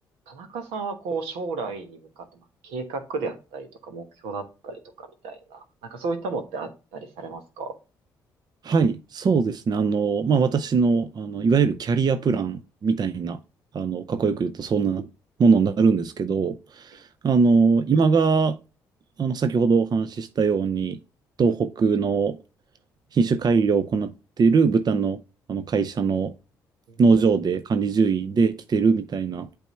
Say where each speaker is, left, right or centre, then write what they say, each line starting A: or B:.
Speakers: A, on the right; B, on the right.
A: 田中さんはこう将来に向かって、まあ、計画であったりとか目標だったりとかみたいな、なんかそういったものってあったりされますか
B: はい、そうですね。あの、まあ、私の、あの、いわゆるキャリアプランみたいな、あの、かっこよく言うと、そんなものになるんですけど、
A: え、え
B: あの、今が、あの、先ほどお話ししたように、東北の品種改良を行っている豚の、あの、会社の
A: うん、
B: 農場で管理獣医で来てるみたいな